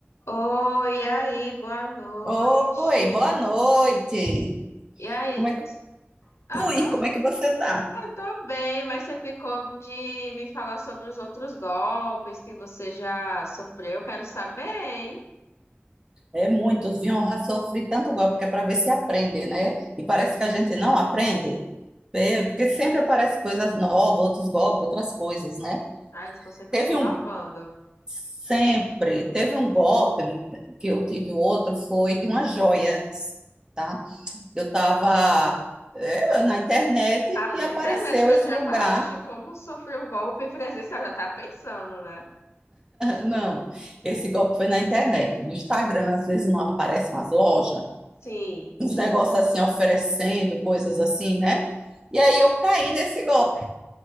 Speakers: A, on the left (about 85°); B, on the right (about 20°).
A: Oi, e aí, boa noite.
B: Oi, boa noite.
A: E aí,
B: Como é que,
A: eu
B: ui,
A: tô,
B: como é que você tá?
A: eu tô bem, mas você ficou de me falar sobre os outros golpes que você já sofreu. Eu quero saber, hein?
B: É muitos, viu? Eu já sofri tanto golpe que é para ver se aprende, né? E parece que a gente não aprende, é, porque sempre aparecem coisas novas, outros golpes, outras coisas, né?
A: Ah, eles estão sempre
B: Teve
A: se inovando.
B: um, sempre, teve um golpe que eu tive outro, foi de umas joias, tá? Eu tava, é, na internet
A: Ah,
B: e
A: na
B: apareceu
A: internet que
B: esse
A: eu já
B: lugar
A: ia falar, hoje como sofreu o golpe presencial, já tá pensando, né?
B: Não, esse golpe foi na internet. No Instagram, às vezes não aparecem umas lojas,
A: Sim.
B: uns negócios assim oferecendo coisas assim, né? E aí eu caí nesse golpe,